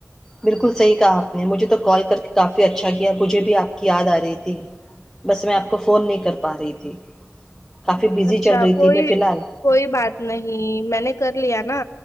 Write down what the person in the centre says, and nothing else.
بالکل صحیح کہا آپ نے مجھے تو کال کر کے کافی اچھا کیا مجھے بھی آپ کی یاد آ رہی تھی بس میں آپ کو فون نہیں کر پا رہی تھی کافی بزی
چل رہی
تھی میں فی الحال